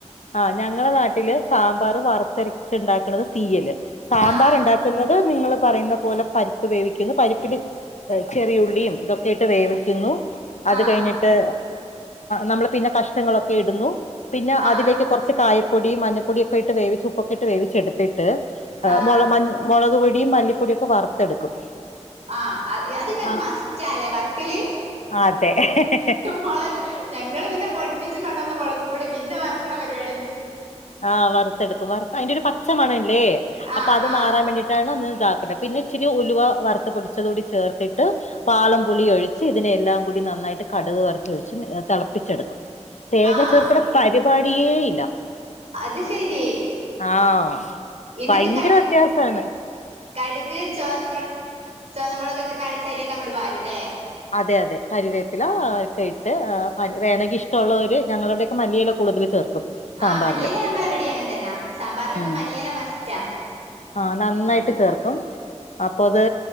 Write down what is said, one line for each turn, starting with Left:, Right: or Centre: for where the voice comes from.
Left: ആഹ് ഞങ്ങളെ നാട്ടില് സാമ്പാർ വറുത്തരച്ച് ഉണ്ടാക്കണത് തീയല് സാമ്പാർ
Right: ആഹ്
Left: ഉണ്ടാക്കുന്നത് നിങ്ങള് പറയുന്ന പോലെ പരിപ്പ് വേവിക്കുന്നു പരിപ്പിൽ ചെറിയുള്ളിയും ഇതൊക്കെ ഇട്ട് വേവിക്കുന്നു അത്
Right: ആഹ്
Left: കഴിഞ്ഞിട്ട് നമ്മൾ പിന്നെ കഷ്ണങ്ങളൊക്കെ ഇടുന്നു പിന്നെ
Right: ആഹ്
Left: അതിലേക്ക് കുറച്ച് കായപ്പൊടി മഞ്ഞപ്പൊടിയൊക്കെ ഇട്ട് വേവിച്ച് ഉപ്പൊക്കെ ഇട്ട് വേവിച്ചെടുത്തിട്ട്
Right: ആഹ്
Left: മോള മഞ്ഞ മുളക് പൊടിയും മല്ലിപ്പൊടിയും ഒക്കെ വറുത്തെടുക്കും
Right: ആ അതിങ്ങക്ക്
Left: ആഹ്
Right: മസ്റ്റാല്ലേ വറക്കല്
Left: അതെ
Right: മുളക് ഞങ്ങള് പിന്നെ പൊടിപ്പിച്ച് കൊണ്ടുവന്ന മുളകുംപൊടി പിന്നെ വറക്കണ പരുപാടി
Left: ആഹ് വറുത്തെടുക്കും വറുത്ത് അതിന്റെ ഒരു പച്ച മണമി അല്ലേ അപ്പൊ
Right: ആഹ്
Left: അത്
Right: ആഹ്
Left: മാറാൻ വേണ്ടിട്ടാണ് ഒന്ന് ഇതാക്ക് പിന്നെ ഇച്ചിരി ഉലുവ വറുത്ത് പൊടിച്ചത് കൂടി ചേർത്തിട്ട് വാളം പുളിയൊഴിച്ച് ഇതിനെയെല്ലാം കൂടി നന്നാ ന്നായിട്ട് കടുക് വറത്തൊഴിച്ച് തിളപ്പിച്ചെടുക്കും തേങ്ങ
Right: ആഹ്
Left: ചേർക്കണ പരിപാടിയേ ഇല്ല
Right: അത് ശെരി
Left: ആഹ്
Right: എന്നിട്ട്
Left: ഭയങ്കര
Right: കടുക്
Left: വ്യത്യാസാണ്
Right: കടുക് ചുവന്നമുള ചുവന്ന മുളകൊക്കെ താളിച്ച് അയിലേക്ക് അങ്ങോട്ട് വാരൂല്ലേ
Left: അതെ അതെ കരിവേപ്പില ഒക്കെ ഇട്ട് വേണങ്കി ഇഷ്ടമുള്ളവര് ഞങ്ങളിവടെയൊക്കെ മല്ലിയില കൂടുതൽ ചേർക്കും സാമ്പാറില്
Right: ആഹ് മല്ലിയില ഞങ്ങളെ ഇവിടെയും അങ്ങനെ തന്നാ സാമ്പാറിലൊക്കെ
Left: ഉം
Right: മല്ലിയില മസ്റ്റാ
Left: ആഹ് നന്നായിട്ട്
Right: ഉം
Left: ചേർക്കും അപ്പൊ അത്